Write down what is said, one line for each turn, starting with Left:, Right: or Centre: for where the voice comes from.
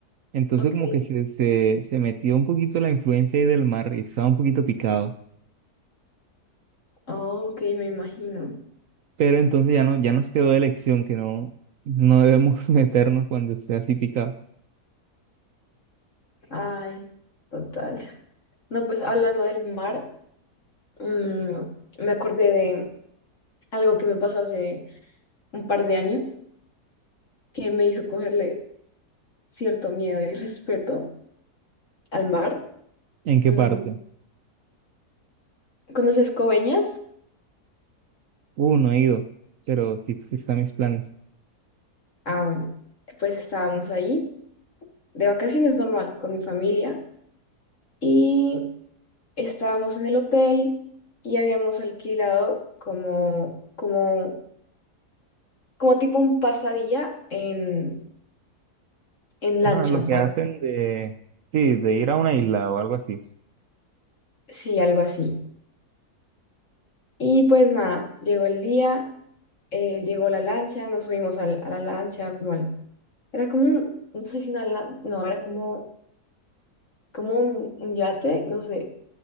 Right: Entonces
Left: ok,
Right: como que se, se, se metió un poquito la influencia ahí del mar y estaba un poquito picado.
Left: oh, ok, me imagino.
Right: Pero entonces ya no, ya nos quedó de lección que no, no debemos <laughs> meternos cuando esté así picado.
Left: Ay, total. No, pues hablando del mar, mm, me acordé de algo que me pasó hace un par de años que me hizo cogerle cierto miedo y respeto al mar.
Right: ¿En qué
Left: Mm,
Right: parte?
Left: ¿conoces Coveñas?
Right: Uh, no he ido, pero sí, sí están mis planes.
Left: Ah, bueno, pues estábamos ahí de vacaciones normal con mi familia y estábamos en el hotel y habíamos alquilado como, como, como tipo un pasadía en, en lancha,
Right: Ajá, lo que
Left: ¿sabes?
Right: hacen de, sí, de ir a una isla o algo así.
Left: Sí, algo así. Y pues nada, llegó el día eh, llegó la lancha, nos subimos al- a la lancha, como al, era como un, no sé si una lancha, no, era como, como un, un yate, no sé,